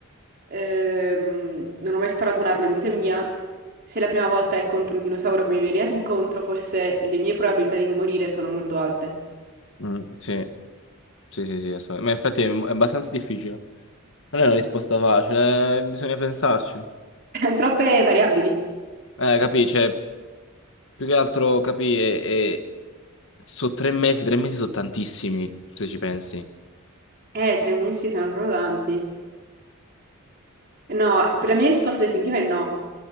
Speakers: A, on the right; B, on the left.
A: ehm, non ho mai sparato un'arma in vita mia. Se la prima volta è contro un dinosauro che mi viene incontro, forse le mie probabilità di morire sono molto alte.
B: Mm, sì, sì, sì, sì, assolutamente. Ma infatti è è abbastanza difficile. Non è una risposta facile, eh, bisogna pensarci.
A: <laughs> Troppe variabili.
B: Eh, capisci? Più che altro capire, e... sono tre mesi, tre mesi sono tantissimi, se ci pensi.
A: Eh, tre mesi sono proprio tanti. No, per la mia risposta definitiva è no.